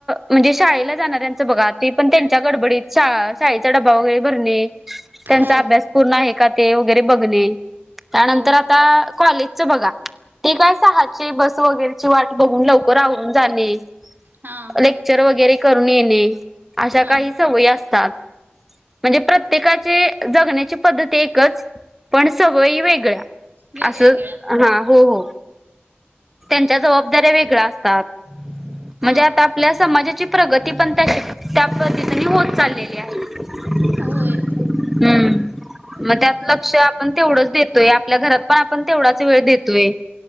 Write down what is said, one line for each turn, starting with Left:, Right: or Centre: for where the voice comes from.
Centre: म्हणजे शाळेला जाणाऱ्यांचं बघा ते पण त्यांच्या गडबडीत शाळेचा डबा वगैरे भरणे. त्यांचा
Right: हो
Centre: अभ्यास पूर्ण आहे का ते वगैरे बघणे त्यानंतर
Right: हो
Centre: आता कॉले च बघा ते काय सहाचे बस वगैरेची वाट बघून लवकर आवरून जाणे.
Right: हां
Centre: लेक्चर वगैरे करून येणे अशा
Right: हां
Centre: काही सवयी असतात. म्हणजे प्रत्येकाची जगण्याची पद्धती एकच पण सवयी वेगळ्या.
Right: वेगवेगळ्या
Centre: असं हा हो हो त्यांच्या जबाबदाऱ्या वेगळ्या असतात. म्हणजे
Right: हां
Centre: आता आपल्या समाजाची प्रगती पण तशी. त्या पद्धतीने होत चाललेली आहे.
Right: होय.
Centre: हम्म मग त्यात लक्ष आपण तेवढंच देतोय आपल्या घरात पण आपण तेवढाच वेळ देतोय.